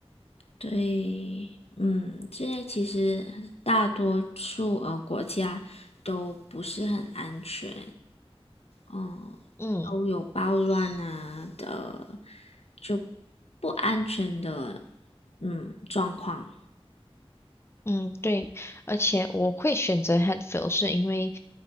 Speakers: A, on the left; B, on the left.
A: 对，嗯，现在其实大多数呃国家都不是很安全，嗯，
B: 嗯
A: 都有暴乱啊的，就不安全的，嗯，状况，
B: 嗯，对，而且我会选择 Hatfield，是因为，